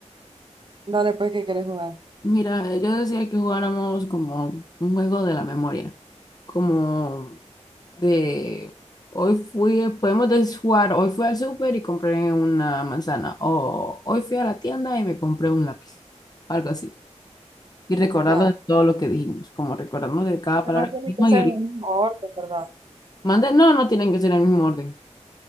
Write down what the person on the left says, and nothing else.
Mira, yo decía que jugáramos como un juego de la memoria, como de hoy fui, podemos des- jugar, hoy fui al súper y compré una manzana, o hoy fui a la tienda y me compré un lápiz, algo así. Y recordarnos
de todo lo que dijimos, como recordarnos de cada
palabra
que dijimos
Manda, no, no tienen que ser en el mismo orden.